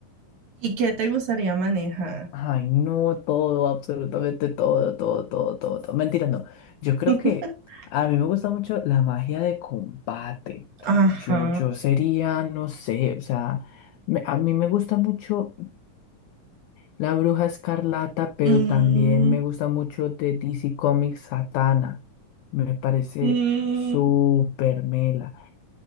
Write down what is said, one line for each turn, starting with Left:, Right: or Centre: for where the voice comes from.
Right: ¿y qué te gustaría manejar?
Left: Ay, no, todo, absolutamente todo, todo, todo, todo, todo. Mentira, no. Yo creo
Right: <laughs>
Left: que a mí me gusta mucho la magia de combate.
Right: Ajá.
Left: Yo, yo sería, no sé, o sea, me- a mí me gusta mucho. La Bruja Escarlata, pero
Right: Mm,
Left: también me gusta mucho de DC Comics Satana. Me parece
Right: mm,
Left: súper mela.